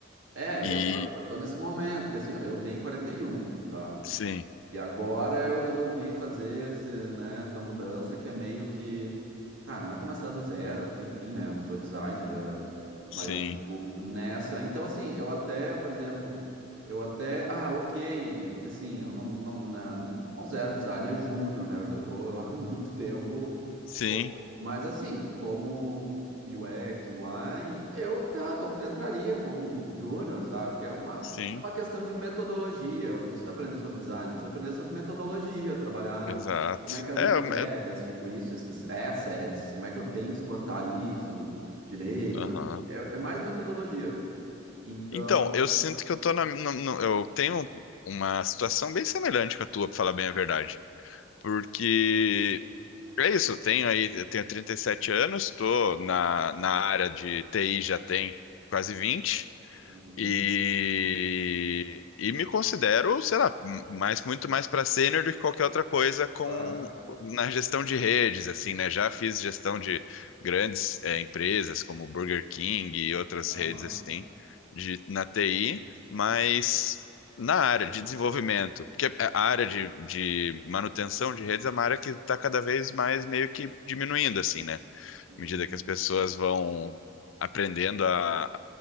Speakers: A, on the right; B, on the left.
A: É,
B: E
A: eu tô, eu tô nesse momento, porque assim, ó, eu tenho 41, tá?
B: sim,
A: E agora eu resolvi fazer esse, né, essa mudança que é meio que. Tá, não é começar do zero, porque enfim, né? Eu sou designer, é, mas
B: sim,
A: eu digo nessa. Então, assim, eu até, por exemplo, eu até. Ah, ok, porque assim, eu não, não, né, não considero designer júnior, né? Eu já tô <laughs> há muito tempo.
B: sim,
A: como- Mas assim, como UX, UI, eu tá, tô- entraria como um júnior, sabe? Que é uma,
B: sim,
A: é uma questão de metodologia. Eu não preciso aprender sobre design, eu preciso aprender sobre metodologia, trabalhar
B: exato.
A: como é que as
B: É,
A: entregas,
B: eu- eu-
A: tipo isso, esses assets, como é que eu tenho que exportar isso direito.
B: Aham.
A: É, é mais metodologia. Então,
B: Então, eu sinto que eu tô na, no- no- eu tenho uma situação bem semelhante com a tua, pra falar bem a verdade. Porque é isso, eu tenho aí, eu tenho 37 anos, tô na, na área de TI já tem quase 20.
A: uhum,
B: E, e me considero, sei lá, mais, muito mais para sênior do que qualquer outra coisa com
A: claro.
B: na gestão de redes, assim, né? Já fiz gestão de grandes eh, empresas como Burger King e outras
A: Ah,
B: redes
A: massa.
B: assim de, na TI, mas na área de desenvolvimento, porque a área de, de manutenção de redes é uma área que está cada vez mais meio que diminuindo, assim, né? à
A: Uhum.
B: medida que as pessoas vão aprendendo a,